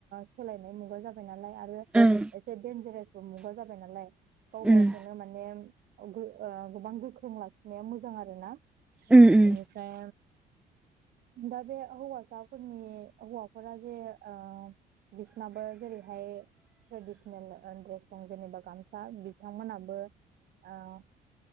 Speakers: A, on the right; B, in the centre.
A: सोलायनाय मुगा जाबाय नालाय आरो
B: उम
A: एसे देनजारेस्ट मुगा जाबाय नालाय गाव
B: उम
A: गावखौनो माने ओ गोबां गो लाखिनाया मोजां आरोना
B: उम उम
A: ओनिफ्राय दा बे हौवासाफोरनि हौवाफोरा जे ओ बिसनाबो जेरैहाय ट्रेडिसनेल ओ ड्रेस दं जेनेबा गामसा बिथांमोनाबो औ